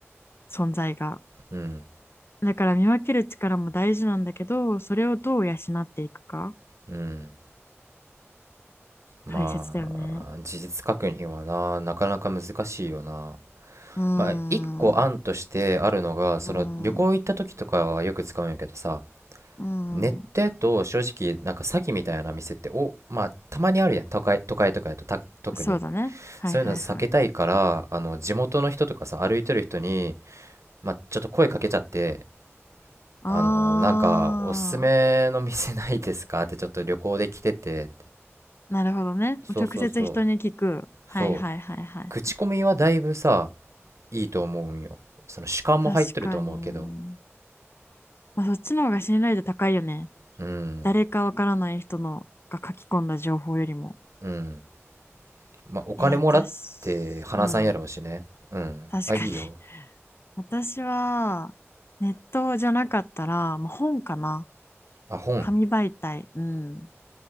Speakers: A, on the left; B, on the right.
A: 存在が。
B: うん
A: だから見分ける力も大事なんだけど、それをどう養っていくか、
B: うんま
A: 大切だよね。
B: あ、事実確認はな、なかなか難しいよな。
A: うーん、
B: まあ、一個案としてあるのが、
A: う
B: その旅行行った時とかはよく使うんやけどさ、
A: ーん、うーん。
B: ネットやと正直、なんか詐欺みたいな店って、お、まあ、たまにあるやん、都会、都会とかやとた、特に。
A: そうだね。はいはいはい。
B: そういうの避けたいから、あの、地元の人とかさ、歩いてる人に、まあ、ちょっと声かけちゃって、
A: あ
B: あの、なんか、おすすめの店ないですかってちょっと旅行で来てて、
A: ー、なるほどね。
B: そうそうそう、
A: 直接人に聞く。はいはいはいはい。
B: そう。口コミはだいぶさ、いいと思うんよその主観も入ってると思うけど
A: 確かに。まあ、そっちの方が信頼度高いよね。
B: うん
A: 誰かわからない人のが書き込んだ情報よりも。
B: うんまあお金もらって話さんやろうしねうんあいいよ
A: え、私、うん、確かに。<laughs> 私は、ネットじゃなかったら、もう本かな。
B: あ本
A: 紙媒体。うん。